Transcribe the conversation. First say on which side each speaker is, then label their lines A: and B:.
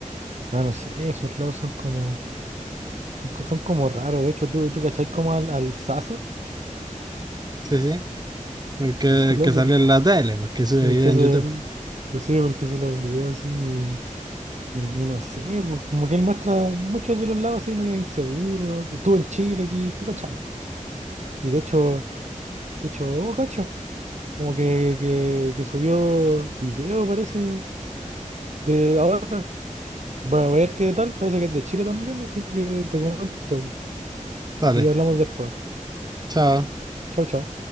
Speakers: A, on the right (about 60°); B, on the right (about 30°).
A: Pero no sé, esos lados son como, son, co- son como raros. De hecho, tú, tú cachai como al, al Sasa,
B: Sí, sí. Porque
A: ese loco,
B: que salió en la tele, pues que sube
A: el
B: video
A: que
B: en
A: hace
B: YouTube.
A: el, sí, el que hace los videos así. Y, y- y no sé, pues, como que él muestra muchos de los lados así medio inseguros. Estuvo en Chile aquí, tú cachai. po. Y de hecho, de hecho, oh, cacho, como que, que, que subió video, parece, de ahora. Voy a ver qué tal, parece que es de Chile también, así que te comento.
B: Vale,
A: Y hablamos después.
B: chao.
A: Chao, chao.